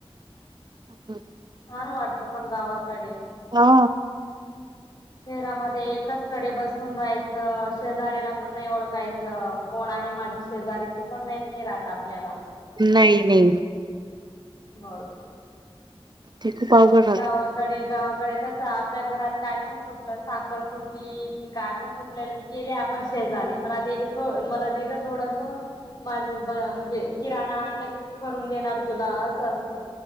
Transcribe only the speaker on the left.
छान वाटत पण गावाकडे
ह शहरामध्ये एकचकडे बसून राहायचं शेजऱ्याला पण नाही ओळखायचं अ कोण आहे माझी शेजारी ती पण माहत नाही राहत आपल्याला
मग
ी
आवा कडे गावाकडे कसं आपल्या घरात काय पण खुटलं साखर खुटली कि काय पण कुटले केले आपण शेजारी मला दे मला दे ग थोडस माझ म्हणजे किराणा आणला की मी भरून देणार तुला असं असतं